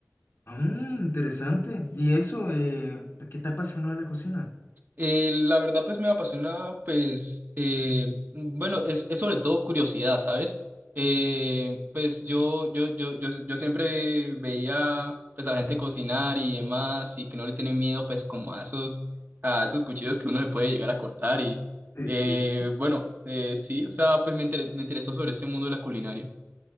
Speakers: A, on the left (about 55°); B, on the right (about 40°).
A: Ah, interesante. ¿Y eso? eh, ¿qué te apasionó de la cocina?
B: Eh, la verdad, pues me apasiona, pues, eh, bueno, es, es sobre todo curiosidad, ¿sabes? Eh, pues yo, yo, yo, yo, yo siempre veía, pues, a la gente cocinar y demás, y que no le tienen miedo, pues, como a esos, a esos cuchillos que uno le puede llegar a cortar, y,
A: Sí,
B: eh,
A: sí.
B: bueno, eh, sí, o sea, pues me inter- me interesó sobre este mundo de la culinaria.